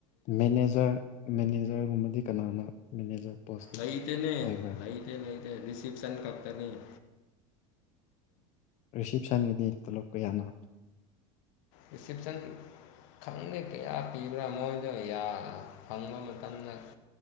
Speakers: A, on the left; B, on the left.
A: ꯃꯦꯅꯦꯖꯔ ꯃꯦꯅꯦꯖꯔꯒꯨꯝꯕꯗꯤ ꯀꯅꯥꯅꯣ ꯃꯦꯅꯦꯖꯔ ꯄꯣꯁꯇꯤ
B: ꯂꯏꯇꯅꯦ
A: ꯄꯥꯏꯕ꯭ꯔꯥ
B: ꯂꯩꯥꯏꯇ ꯂꯩꯇ ꯆꯤꯞꯁ ꯑꯅꯤ ꯀꯄꯇꯥꯅꯤꯥ
A: ꯔꯤꯁꯤꯞꯁꯟꯒꯤꯗꯤ ꯇꯂꯞꯄ ꯌꯥꯅ
B: ꯔꯤꯁꯦꯞꯁꯟ ꯈꯪꯗꯦ ꯀꯌꯥ ꯄꯤꯕ꯭ꯔꯥ ꯃꯣꯏꯗ ꯐꯪꯕ ꯃꯇꯝꯗ